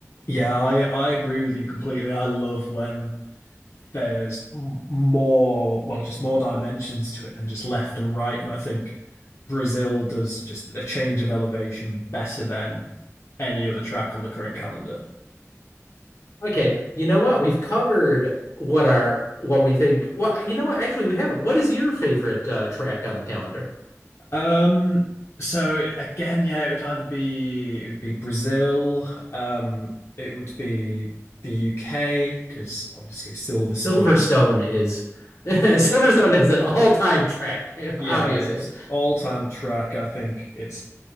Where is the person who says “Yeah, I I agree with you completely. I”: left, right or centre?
Left